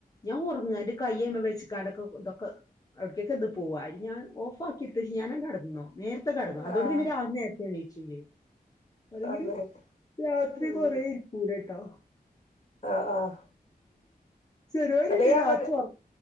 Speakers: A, on the left (about 25°); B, on the left (about 40°).
A: ഞാൻ ഉറങ്ങ എന്റെ കയ്യ്മ വെച്ചാക്കെ കിടക്കുമ്പോ ഇതൊക്കെ- അവിടക്കേക്ക് ത് പൂവാ അരിഞ്ഞാൽ <unintelligible> ഓഫാക്കിട്ടു ഞാനങ്ങ് കെടന്നു നേരത്തെ കെടന്നു അതുകൊണ്ട്
B: ആഹ്
A: പിന്നെ രാവിലെ നേരത്തെ എണീച്ചു ട്ടില്ല്യേ <unintelligible> അല്ലെങ്കിലും
B: അതെ
A: രാത്രി
B: ഉം
A: കൊറെ ഇരിക്കുലേ ട്ടോ
B: ആഹ് ആഹ്
A: ചെലോര്
B: അല്ലെങ്കിൽ
A: ഇന്ന്
B: അവൻ
A: രാത്രി ഒറ